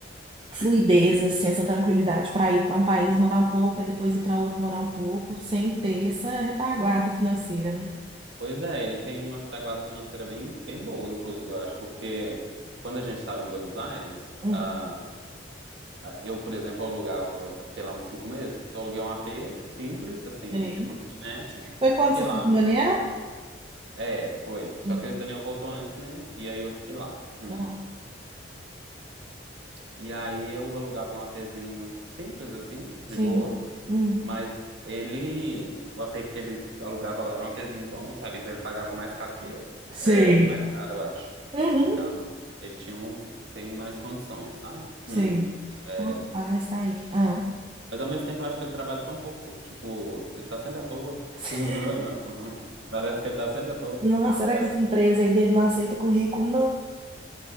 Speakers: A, on the right; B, on the right.
A: fluidez, assim, essa tranquilidade para ir para um país morar um pouco e depois ir para outro morar um pouco, sem ter essa retaguarda financeira, né?
B: Pois é, ele tem uma retaguarda financeira bem, bem boa, inclusive, eu acho, porque quando a gente estava em Buenos Aires,
A: Hum,
B: ah, ah, eu, por exemplo, alugava, eu fiquei lá uns cinco meses, eu aluguei um AP simples, assim,
A: sei.
B: tipo um kitnet.
A: Foi quando
B: Fiquei
A: você
B: lá
A: foi com o Daniel?
B: É, foi. Só
A: É.
B: que o Daniel voltou antes, né? E aí eu fiquei lá. Hum.
A: Ah,
B: E aí eu alugava um APzinho simples, assim, de
A: sim.
B: boa.
A: Hum.
B: Mas ele, o apê que ele alugava lá era um APzinho bom, sabe? Então ele pagava mais caro que eu.
A: Sei.
B: É, bem mais caro, eu acho.
A: Uhum.
B: Então ele tinha um, tem mais condições, sabe?
A: Sei.
B: Hum. É,
A: Rapaz, tá aí. Ah.
B: mas ao mesmo tempo eu acho que ele trabalha tão pouco. Tipo, ele tá sempre à toa.
A: <laughs>
B: <laughs> Parece que ele tá sempre à toa.
A: Nossa, será
B: Parece...
A: que essa empresa aí dele não aceita currículo, não?